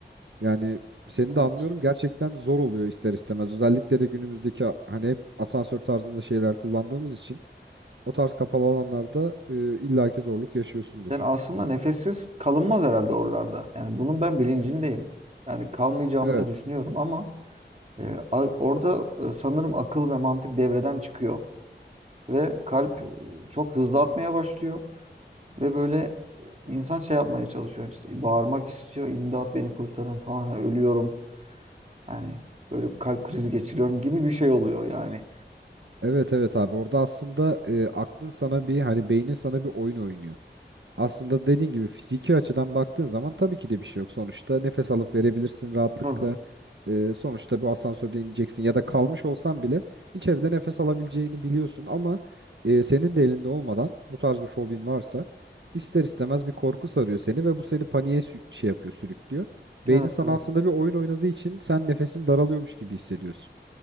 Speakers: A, on the right (about 80°); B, on the right (about 40°).
A: Yani seni
B: Evet.
A: de anlıyorum. Gerçekten zor oluyor ister istemez. Özellikle de günümüzdeki a- hani hep asansör tarzında şeyler kullandığımız için o tarz kapalı alanlarda e, illaki zorluk yaşıyorsundur.
B: Yani aslında nefessiz kalınmaz herhalde oralarda. Yani bunun ben bilincindeyim. Yani kalmayacağımı
A: Evet.
B: da düşünüyorum ama e, a- orada e, sanırım akıl ve mantık devreden çıkıyor. Ve kalp e, çok hızlı atmaya başlıyor. Ve böyle insan şey yapmaya çalışıyor işte bağırmak istiyor imdat beni kurtarın falan ölüyorum yani böyle bir kalp krizi geçiriyorum gibi bir şey oluyor yani.
A: Evet evet abi. Orada aslında e, aklın sana bir hani beynin sana bir oyun oynuyor. Aslında dediğin gibi fiziki açıdan baktığın zaman tabii ki de bir şey yok. Sonuçta nefes alıp verebilirsin rahatlıkla.
B: Tabii.
A: Ee, sonuçta bir asansörde ineceksin ya da kalmış olsan bile içeride nefes alabileceğini biliyorsun ama e, senin de elinde olmadan bu tarz bir fobin varsa ister istemez bir korku sarıyor seni ve bu seni paniğe sü- şey yapıyor, sürüklüyor. Beynin
B: Evet
A: sana
B: evet.
A: aslında bir oyun oynadığı için sen nefesin daralıyormuş gibi hissediyorsun.